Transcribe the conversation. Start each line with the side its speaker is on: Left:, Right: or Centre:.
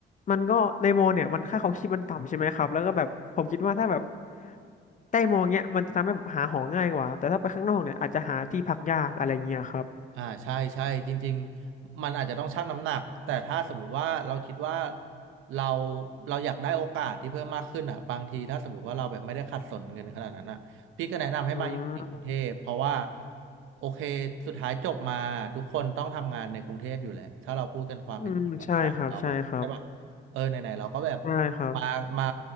Left: มันก็ในมอเนี่ยมันค่าครองชีพมันต่ำใช่ไหมครับแล้วก็แบบผมคิดว่าถ้าแบบใกล้มอเนี้ยมันจะทำให้แบบหาหอง่ายกว่าแต่ถ้าไปข้างนอกเนี่ยอาจจะหาที่พักยากอะไรเงี้ยครับ
Right: อ่าใช่ใช่จริงๆมันอาจจะต้องชั่งน้ำหนักแต่ถ้าสมมติว่าเราคิดว่าเราเราอยากได้โอกาสที่เพิ่มมากขึ้นอ่ะบางทีถ้าสมมติว่าเราแบบไม่ได้ขัดสนเงินขนาดนั้นอ่ะพี่ก็แนะนำให้มาอยู่ในกรุงเทพเพราะว่า
Left: อืม
Right: โอเคสุดท้ายจบมาทุกคนต้องทำงานในกรุงเทพอยู่แล้วถ้าเราพูดกันความเป็นจริงอ่ะสายเราอ่ะใช่ปะเออไหนๆเราก็แบบ
Left: อืมใช่ครับใช่ครับใช่ครับ
Right: มามา